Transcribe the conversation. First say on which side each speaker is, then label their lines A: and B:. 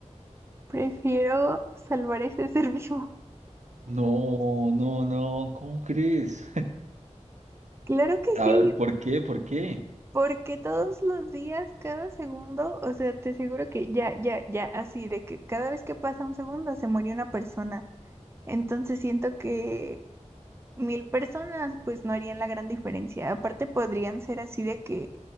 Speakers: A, on the right; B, on the right.
A: prefiero salvar ese <laughs> ser vivo.
B: No, no, no, ¿cómo crees?
A: Claro que
B: A
A: sí,
B: ver, ¿por qué? ¿Por qué?
A: porque todos los días, cada segundo, o sea, te aseguro que ya, ya, ya, así de que cada vez que pasa un segundo se muere una persona. Entonces siento que mil personas pues no harían la gran diferencia. Aparte podrían ser así de que,